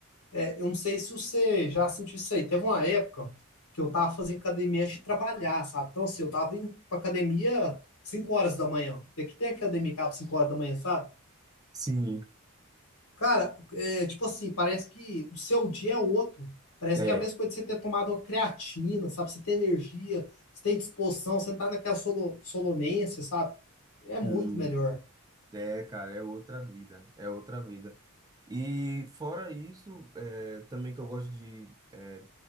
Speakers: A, on the left; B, on the right.
A: é, eu não sei se você já sentiu isso aí. Teve uma época que eu tava fazendo academia antes de trabalhar, sabe? Então, assim, eu tava indo pra academia 5 horas da manhã. E aqui tem academia que abre 5 horas da manhã, sabe?
B: Sim,
A: Cara, é, tipo assim, parece que o seu dia é outro. Parece
B: é,
A: que é a mesma coisa de você ter tomado uma creatina, sabe? Você tem energia, você tem disposição, você não tá naquela solo, solonência, sabe? É muito
B: hum,
A: melhor.
B: é, cara, é outra vida, é outra vida. E fora isso, é, também que eu gosto de é,